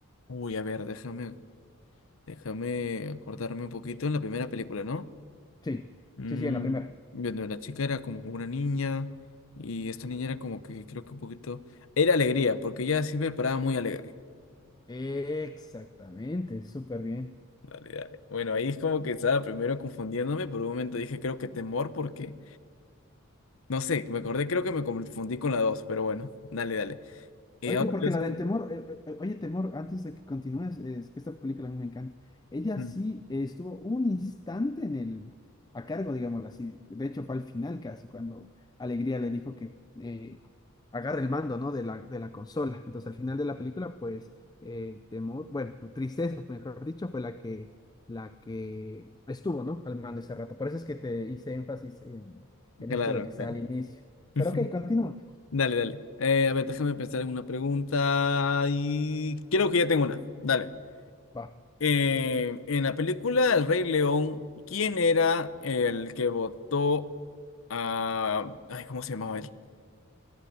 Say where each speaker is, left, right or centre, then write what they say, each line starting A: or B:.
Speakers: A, on the left; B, on the left.
A: Uy, a ver, déjame, déjame acordarme un poquito en la primera película, ¿no?
B: Sí,
A: Mm,
B: sí, sí, en la primera.
A: bueno, la chica era como una niña y esta niña era como que creo que un poquito... Era alegría, porque ella siempre paraba muy alegre.
B: Exactamente, súper bien.
A: Dale, dale. Bueno, ahí es como que estaba primero confundiéndome. Por un momento dije, creo que temor, porque no sé, me acordé, creo que me confundí con la dos, pero bueno, dale, dale. Y
B: Oye,
A: ahora
B: porque
A: te voy
B: la de Temor,
A: un-
B: eh, eh, eh, oye, Temor, antes de que continúes, es que esta película a mí me encanta. Ella
A: Mm,
B: sí eh, estuvo un instante en el, a cargo, digámoslo así. De hecho, fue al final casi, cuando Alegría le dijo que eh, agarre el mando, ¿no? De la, de la consola. Entonces, al final de la película, pues, eh, Temor, bueno, Tristeza, mejor dicho, fue la que, la que estuvo, ¿no? Al mando ese rato. Por eso es que te hice énfasis en, en
A: Claro,
B: esto de que sea
A: claro.
B: al inicio.
A: <laughs>
B: Pero ok, continúa.
A: Dale, dale. Eh, a ver, déjame pensar en una pregunta. Y creo que ya tengo una. Dale.
B: Va,
A: Eh, en la película El Rey León, ¿quién era el que votó a. Ay, ¿cómo se llamaba él?